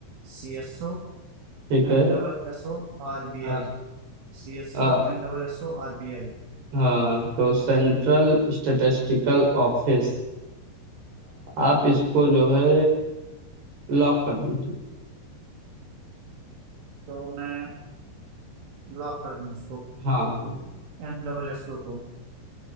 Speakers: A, on the right (about 85°); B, on the right (about 60°).
A: C S O
B: ठीक है
A: N double S O R B
B: हाँ
A: I C S
B: हाँ
A: O N double S O R B I
B: हाँ, तो सेंट्रल स्टैटिस्टिकल ऑफिस आप इसको जो है लॉक कर दीजिए
A: तो मैं लॉक कर दूं इसको
B: हाँ हाँ
A: एन डबल एस ओ को